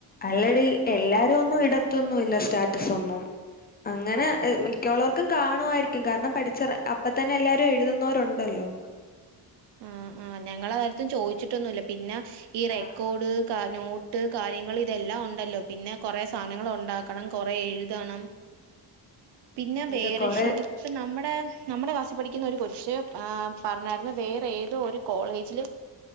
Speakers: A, on the left (about 25°); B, on the right (about 80°).
A: അല്ലടി എല്ലാരും ഒന്നും ഇടത്തൊന്നുല്ല സ്റ്റാറ്റസ് ഒന്നും. അങ്ങനെ <unintelligible> മിക്കുള്ളവർ ക്കും കാണുവായിരിക്കും കാരണം പഠിച്ച അപ്പതന്നെ എല്ലാരും എഴുതുന്നവരുണ്ടല്ലോ
B: ആ, ആ, ഞങ്ങള് ആ കാര്യത്തിൽ ചോദിച്ചിട്ടൊന്നുല്ല പിന്നെ ഈ റെക്കോർഡ്
A: ആഹ് ആ
B: നോ ട്ട്, കാര്യങ്ങൾ ഇതെല്ലാം, ഉണ്ടല്ലോ, പിന്നെ കുറെ സാധനങ്ങൾ, ഉണ്ടാക്കണം കൊറെ എഴുതണം പിന്നെ
A: അതെ
B: വേറെ
A: കൊറെ
B: ശരിപ്പം നമ്മുടെ മ്മടെ നമ്മുടെ ക്ലാസ്സിൽ പഠിക്കുന്ന ഒരു കൊച് പറഞായിരുന്നു വേ ഏതോ ഒരു കോളേജില്